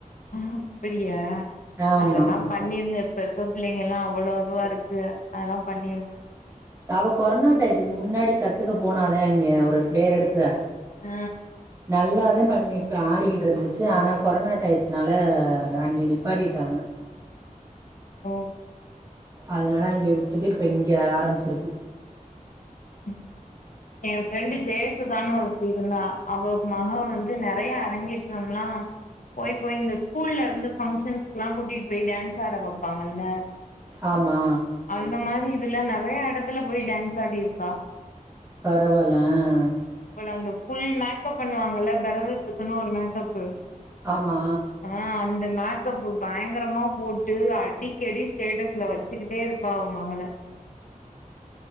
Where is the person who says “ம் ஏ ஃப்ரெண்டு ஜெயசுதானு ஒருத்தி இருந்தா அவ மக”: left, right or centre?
Left